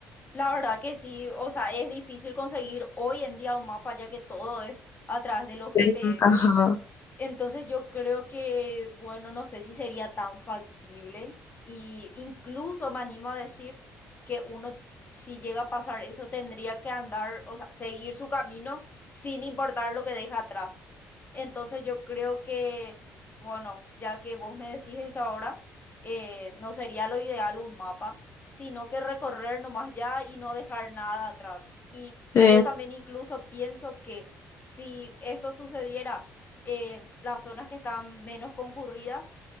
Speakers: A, on the left (about 30°); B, on the left (about 45°).
A: La verdad que sí, o sea, es difícil conseguir hoy en día un mapa, ya que todo es a través de los
B: Sí.
A: GPS.
B: Ajá.
A: Entonces yo creo que, bueno, no sé si sería tan factible y incluso me animo a decir que uno, si llega a pasar eso, tendría que andar, o sea, seguir su camino sin importar lo que deja atrás. Entonces yo creo que, bueno, ya que vos me decís esto ahora, eh, no sería lo ideal un mapa, sino que recorrer nomás ya y no dejar nada atrás. Y
B: Sí.
A: yo también incluso pienso que si esto sucediera, eh, las zonas que están menos concurridas,